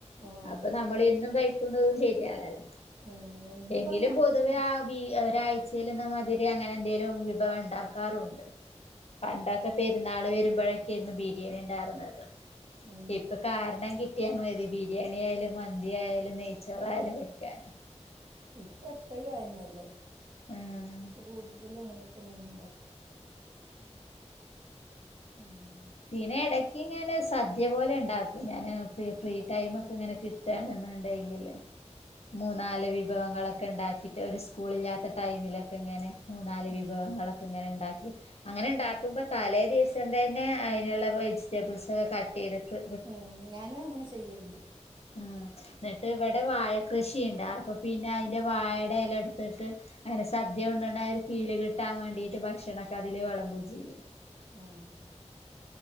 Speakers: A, on the right; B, on the left.
A: ഉം,
B: അപ്പോ നമ്മൾ എന്നും കഴിക്കുന്നതും ശരിയാലല്ലേ.
A: ഉം. എന്നും
B: എങ്കിലും
A: ഇപ്പം അത് നടക്കൂല
B: പൊതുവെ <unintelligible> ഒരായിചെൽ മാതിരി അങ്ങനെന്തേലും വിഭവം ഉണ്ട ഉണ്ടാകാറുണ്ട്. പണ്ടൊക്കെ പെരുന്നാൾ വരുമ്പോഴൊക്കെയായിരുന്നു ബിരിയാണി ഉണ്ടായിരുന്നത്.
A: ഉം.
B: ഇപ്പ കാരണം കിട്ടിയാ മതി ബിരിയാണി ആയാലും, മന്തി ആയാലും, നെയ്ച്ചോറ യാലും, വെക്കാൻ.
A: ഇപ്പ എപ്പോയും അതന്നെല്ലേ.
B: ഉം
A: ഇപ്പോ കൂടുതലും അങ്ങനെയൊക്കെന്നെയാണ് ഉണ്ടാക്കുക.
B: ഉം <inaudible>
A: ഉം.
B: പിന്നെ ഇടക്ക് ഇങ്ങനെ സദ്യ പോലെ ഉണ്ടാക്കും. ഞാൻ ഫ്രീ ടൈം ഒക്കെ ഇങ്ങനെ കിട്ട കിട്ടണന്ന ഉണ്ടങ്കില്. മൂന്നാല് വിഭവങ്ങളൊക്കെ ഉണ്ടാക്കിട്ട് ഒരു സ്കൂൾ ഇല്ലാത്ത ടൈമിലൊക്കെ ഇങ്ങനെ മൂന്നാല്
A: ഉം.
B: വിഭവങ്ങളൊക്കെ ഇങ്ങനെ ഉണ്ടാക്കി അങ്ങനെ ഇണ്ടാക്കുമ്പോ തലേ ദിവസം തന്നെ അ ആയിനുള്ള വെജിറ്റബിൾസ് ഒക്കെ ക ഏത്ക്ക്.
A: ഉം. ഞാനും അങ്ങനെ ചെയ്യലണ്ട്.
B: ഉം. എന്നിട്ട് ഇവിടെ വാഴ കൃഷിയുണ്ട്. അപ്പോ പിന്നെ അതിന്റെ വാഴയുടെ ഇല എടുത്തിട്ട് അങ്ങനെ സദ്യ ഉണ്ടണ് ഒരു ഫീല് കിട്ടാൻ വേണ്ടിട്ട് ഭക്ഷണക്കെ അതിൽ വളംമ്പൂ ചെയ്യും.
A: ഉം.